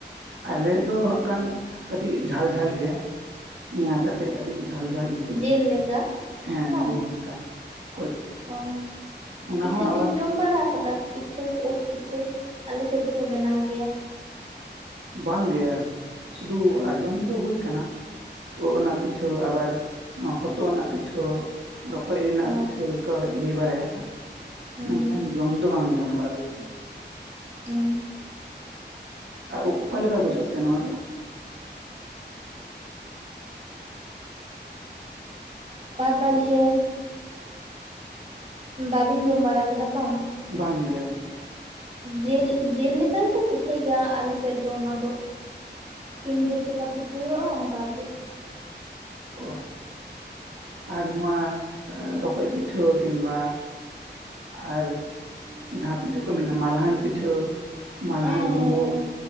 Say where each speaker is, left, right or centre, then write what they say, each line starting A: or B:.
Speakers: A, on the right; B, on the right.
A: ᱟᱞᱮ ᱫᱚ ᱦᱟᱸᱜ ᱠᱷᱟᱱ ᱠᱟᱹᱴᱤᱡ ᱡᱷᱟᱞ ᱡᱷᱟᱞ ᱜᱮ᱾ ᱯᱮᱸᱭᱟᱡ ᱟᱛᱮ ᱠᱟᱹᱴᱤᱡ ᱡᱷᱟᱞ ᱡᱷᱟᱞ ᱤᱥᱤᱱ᱾
B: ᱡᱮᱞ ᱞᱮᱠᱟ
A: ᱦᱮᱸ
B: ᱵᱟᱝ
A: ᱡᱮᱞ ᱫᱟᱠᱟ ᱠᱚᱡ
B: ᱚ
A: ᱚᱱᱟ
B: ᱯᱤᱴᱷᱟᱹ
A: ᱦᱚᱸ ᱟᱵᱟᱨ
B: ᱵᱤᱱ ᱡᱚᱢ ᱵᱟᱲᱟ ᱟᱠᱟᱫᱟ? ᱯᱤᱴᱷᱟᱹ ᱳᱫᱽ ᱯᱤᱴᱷᱟᱹ ᱟᱞᱮ ᱥᱮᱫ ᱫᱚᱠᱚ ᱵᱮᱱᱟᱣ ᱜᱮᱭᱟ᱾
A: ᱵᱟᱝ ᱜᱮ, ᱥᱩᱫᱩ
B: ᱦᱩᱸ
A: ᱟᱸᱡᱚᱢ ᱫᱚ ᱦᱩᱭ ᱠᱟᱱᱟ ᱳᱫᱽ ᱚᱱᱟ ᱯᱤᱴᱷᱟᱹ ᱟᱵᱟᱨ ᱦᱚᱛᱚᱜ ᱨᱮᱱᱟᱜ ᱯᱤᱴᱷᱟᱹ, ᱨᱚᱠᱚᱡᱽ ᱨᱮᱱᱟᱜ
B: ᱚ
A: ᱯᱤᱴᱷᱟᱹ ᱠᱚ ᱞᱟᱹᱭ ᱵᱟᱲᱟᱭᱟ᱾
B: ᱦᱩᱸ
A: ᱢᱮᱱᱠᱷᱟᱱ ᱡᱚᱢ ᱫᱚ ᱵᱟᱝ ᱡᱚᱢ ᱵᱟᱲᱟ ᱦᱩᱭ ᱟᱠᱟᱱᱟ᱾
B: ᱚ᱾
A: ᱟᱨ ᱚᱠᱟ ᱞᱮᱠᱟ ᱵᱩᱡᱷᱟᱹᱣ ᱛᱮ ᱱᱚᱣᱟ ᱫᱚ?
B: ᱯᱟ ᱛᱟᱞᱦᱮ ᱵᱟᱵᱤᱱ ᱡᱚᱢ ᱵᱟᱲᱟ ᱠᱟᱫᱟ ᱵᱟᱝ᱾
A: ᱵᱟᱝ ᱜᱮ᱾
B: ᱡᱮᱞ ᱡᱮᱞ ᱞᱮᱠᱟ ᱜᱮᱠᱚ ᱯᱤᱴᱷᱟᱹᱭ ᱜᱮᱭᱟ ᱟᱞᱮ ᱥᱮᱫ ᱫᱚ ᱚᱱᱟ ᱫᱚ᱾ ᱥᱤᱢ ᱡᱮᱞ ᱪᱮᱫ ᱠᱮᱠᱟ ᱯᱤᱴᱷᱟᱹ ᱦᱳᱭᱳᱜ-ᱟ ᱚᱝᱠᱟ ᱜᱮ᱾
A: ᱚ ᱟᱨ ᱱᱚᱶᱟ ᱨᱚᱠᱚᱡ ᱯᱤᱴᱷᱟᱹ ᱠᱤᱱ ᱵᱟ ᱟᱨ ᱡᱟᱦᱟ ᱯᱤᱴᱷᱟᱹ ᱠᱚ ᱢᱮᱱᱟᱜ-ᱟ ᱢᱟᱞᱦᱟᱱ ᱯᱤᱴᱷᱟᱹ᱾ ᱢᱟᱞᱦᱟᱱ
B: ᱦᱮᱸ
A: ᱰᱳᱸᱵᱳᱜ
B: ᱦᱮᱸ